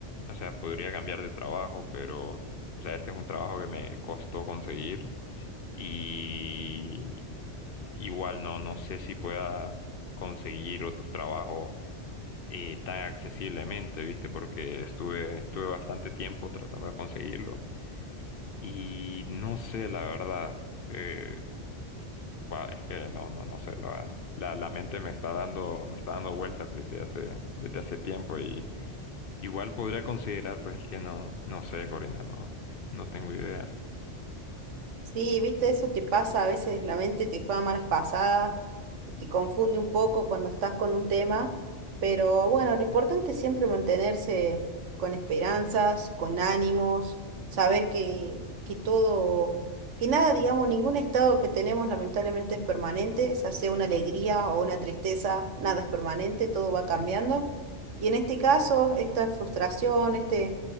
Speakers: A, on the left; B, on the right.
A: o sea, podría cambiar de trabajo, pero, o sea, este es un trabajo que me costó conseguir y igual no, no sé si pueda conseguir otro trabajo eh, tan accesiblemente, ¿viste? Porque estuve, estuve bastante tiempo tratando de conseguirlo y no sé, la verdad. eh, Guau, es que no, no, no sé, la, la, la mente me está dando, me está dando vueltas desde hace, desde hace tiempo y igual podría considerar, pero es que no, no sé, Corina, no, no tengo idea.
B: Sí, viste, eso te pasa, a veces la mente te juega malas pasadas, te confunde un poco cuando estás con un tema, pero bueno, lo importante es siempre mantenerse con esperanzas, con ánimos, saber que, que todo, que nada, digamos, ningún estado que tenemos lamentablemente es permanente, ya sea una alegría o una tristeza, nada es permanente, todo va cambiando.
A: Sí.
B: Y en este caso, esta frustración, este,